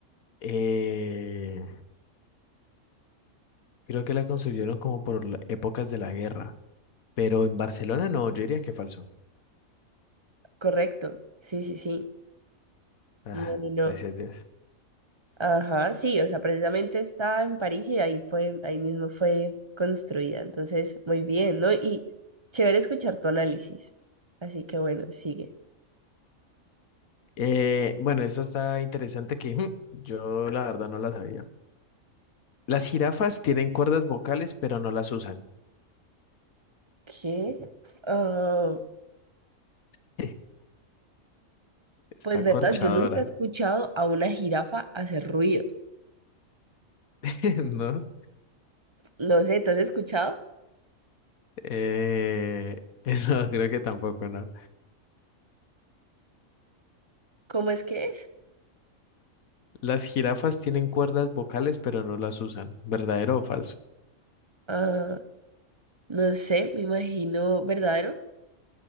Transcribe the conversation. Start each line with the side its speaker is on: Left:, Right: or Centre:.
Left: eh, creo que la construyeron como por la- épocas de la guerra, pero en Barcelona no, yo diría que falso.
Right: Correcto. Sí, sí, sí.
Left: Ah,
Right: No, no, no.
Left: gracias, Dios.
Right: Ajá, sí, o sea, precisamente está en París y ahí fue, ahí mismo fue construida. Entonces, muy bien, ¿no? Y chévere escuchar tu análisis. Así que bueno, sigue.
Left: Eh, bueno, esta está interesante que mm, yo la verdad no la sabía. Las jirafas tienen cuerdas vocales, pero no las usan.
Right: ¿Qué? Ah,
Left: <laughs> Está
Right: pues verdad,
Left: corchadora,
Right: yo nunca he escuchado a una jirafa hacer ruido.
Left: <laughs> ¿no?
Right: No sé, ¿tú has escuchado?
Left: Eh, <laughs> no, creo que tampoco, ¿no?
Right: ¿Cómo es que es?
Left: Las jirafas tienen cuerdas vocales, pero no las usan. ¿Verdadero o falso?
Right: Ah, no sé, me imagino verdadero.